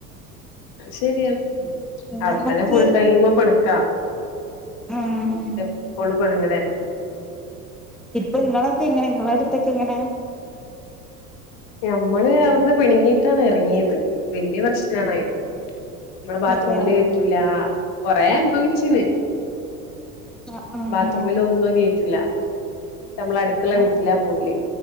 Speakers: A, on the left; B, in the centre.
A: അഹ് ശരിയാണ് അവിടെത്തന്നെ
B: നമ്മക്ക്
A: ഫുൾ ടൈം പെണക്കാ
B: ഉം
A: എപ്പോളും പെണങ്ങലല്ലേ
B: ഇപ്പൊ നിങ്ങളൊക്കെ എങ്ങനെ നിങ്ങളുടെ അടുത്തൊക്കെ എങ്ങനെ
A: ഞമ്മള് അവിടുന്ന് പിണുങ്ങിയിട്ടാണ് ഇറങ്ങിയത് വെല്ല്യ പ്രശ്നണയത് നമ്മളെ ബാത്ത്റൂമില്
B: അതെ
A: കേറ്റൂലാ കൊറെ അനുഭവിച്ചിലേ
B: ആഹ്
A: ബാത്ത്റൂമിലൊന്നും കേറ്റൂല്ല നമ്മള് അടുത്തുള്ള
B: ആഹ്
A: വീട്ടിലാ പോവല്